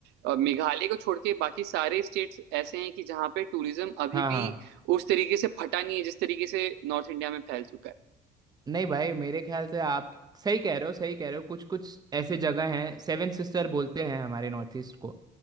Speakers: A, on the right; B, on the right.
A: अ, मेघालय को छोड़ के बाकी सारे स्टेट्स ऐसे हैं कि जहाँ पे टूरिज्म अभी
B: हाँ
A: भी
B: हाँ
A: उस तरीके से फटा नहीं है जिस तरीके से नॉर्थ इंडिया में फैल चुका है
B: नहीं भाई मेरे ख्याल से आप सही कह रहे हो सही कह रहे हो कुछ कुछ ऐसे जगह हैं सेवन सिस्टर बोलते हैं हमारे नॉर्थ ईस्ट को